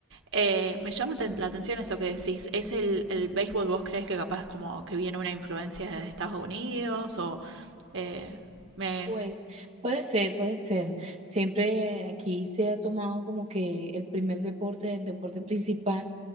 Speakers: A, on the right; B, on the right.
A: Eh, me llama ten- la atención eso que decís, ¿es el, el béisbol vos crees que capaz como que viene una influencia de Estados Unidos o eh, me...
B: Pues, puede ser, puede ser. Siempre aquí se ha tomado como que el primer deporte, el deporte principal